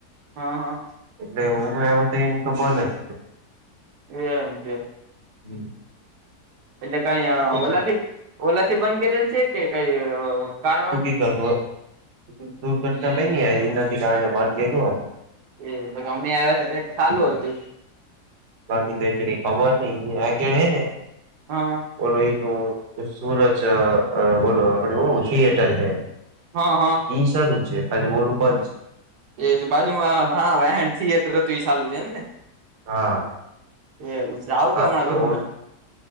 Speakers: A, on the right; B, on the right.
A: હા હા.
B: એટલે હું આવ તો એને તો બને જ.
A: એમ કે.
B: હમ.
A: એટલે કઈ ઓલાથી
B: છે
A: ઓલા થી બંધ કરેલ છે કે કઈ કારણો
B: તો. દુર્ઘટના બની હ એનાથી કારણે બંધ કરલું હ.
A: એ પ અમે આવ્યા છે તો ચાલુ
B: બધી
A: હતું.
B: બાકી તો એટલે કઈ ખબર નઈ આગેળ હે ને.
A: હા.
B: ઓોલો એ ન સૂરજ બોલો આપડ થિયેટર છે.
A: હા હા.
B: ઈ શું છે ખાલી બોલું બંધ છે.
A: એ બાજુમાં હા થિયેટર હતું એ ચાલું છે એમ ને.
B: હા.
A: એછ આવ કેમણા
B: બાકી
A: કખ.
B: તો ઓલું